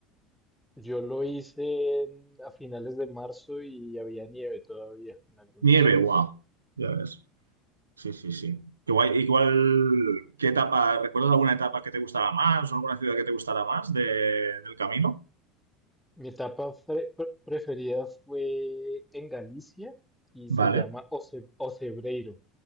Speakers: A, in the centre; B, on the right.
A: yo lo hice en- a finales de marzo y había nieve todavía en algunos
B: Nieve,
A: sitios.
B: wow, ya ves. Sí, sí, sí. Qué guay. Igual, ¿qué etapa? ¿Recuerdas alguna etapa que te gustara más o alguna ciudad que te gustara más de- del camino?
A: Mi etapa fre- pre- preferida fue en Galicia y
B: Vale.
A: se llama Oce- Ocebreiro.